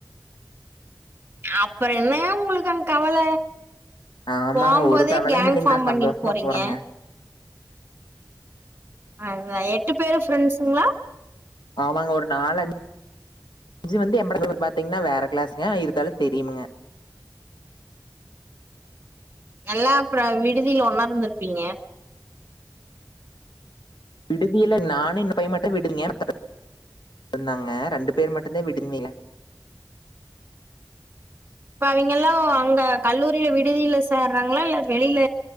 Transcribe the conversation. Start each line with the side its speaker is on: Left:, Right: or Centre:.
Right: அப்புறோ என்னங்க உங்களுக்கு அங்க கவல
Left: ஆமாங்க
Right: போம்
Left: ஒரு
Right: போதே
Left: கவலையும்
Right: கேங்
Left: இல்லைங்க
Right: ஃபார்ம்
Left: நான்
Right: பண்ணிட்
Left: சந்தோஷமா
Right: போறீங்க
Left: போறேங்க
Right: அதா எட்டு பேரு ஃப்ரெண்ட்சுங்களா
Left: ஆமாங்க ஒரு நாலு அஞ் சு வந்து <unintelligible> பாத்தீங்கன்னா வேற கிளாஸ்ங்க இருதாலு தெரியுமுங்க
Right: எல்லா அப்ற விடுதில ஒன்னா இருந்திருப்பீங்க
Left: விடுதியில நானு இன்னு பைய மட்டு விடுங்க <inaudible> இருந்தாங்க ரெண்டு பேர் மட்டுதா விடுந்தீல
Right: இப்ப அவிங்கல்லா அங்க கல்லூரில விடுதியில சேர்றாங்களா இல்ல வெளியில